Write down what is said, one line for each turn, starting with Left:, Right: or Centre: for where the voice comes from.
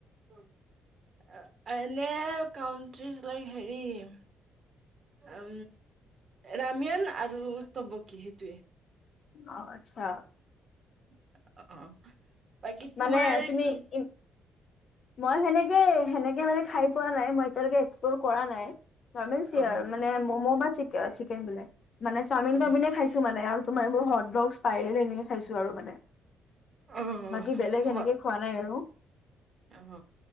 Right: আৰু নে কাউন্ট্ৰিজ লাইক হেৰি উ ৰামিয়ান আৰু তবকি সেইটোৱে।
Left: অহ আচ্ছা।
Right: উ <unintelligible> অ', অ', বাকী
Left: মানে
Right: তোমাৰ
Left: তুমি
Right: কি
Left: মই সেনেকে, সেনেকে মানে খাই পোৱা নাই, মই এতিয়ালৈকে এক্সপ্লৰ কৰা নাই। ন
Right: অ অ
Left: মানে মম' বা চিক চিকেন বিলাই মানে চাওমিন
Right: অ
Left: টাওমিন খাইছো মানে আৰু তোমাৰ মোৰ হট ডক্স পাইৰেল এনেকে খাইছো আৰু মানে
Right: অ
Left: বাকী বেলেগ
Right: হয়
Left: সেনেকে খোৱা নাই আৰু।
Right: অ',